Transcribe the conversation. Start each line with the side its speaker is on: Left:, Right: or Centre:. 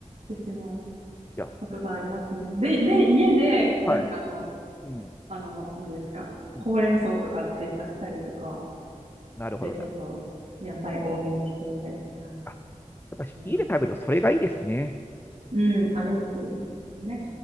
Right: ってしまう
Left: じゃ
Right: ことがありますね。で、で、家で、なんかあの、
Left: はい。うん。
Right: あの、何ですか、
Left: うん
Right: ほうれん草とか追加したりとか
Left: なるほどな。
Right: して、ちょっと野菜多めにしてみたり、はい、
Left: あ、やっぱ家で食べるとそれがいいですね。
Right: そんな感じですね。うん、アレンジね。